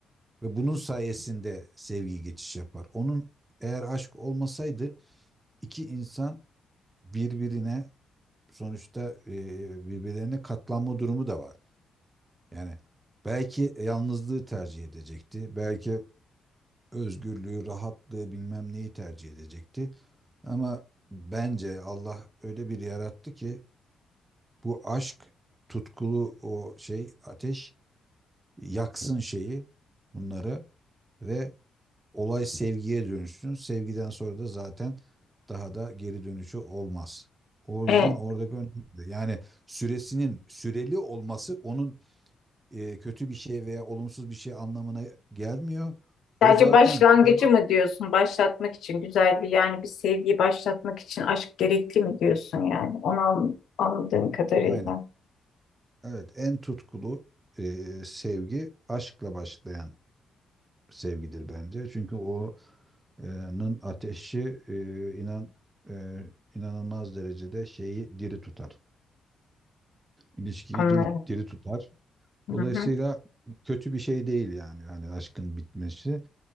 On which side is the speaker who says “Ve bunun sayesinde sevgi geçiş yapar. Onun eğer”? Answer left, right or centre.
Right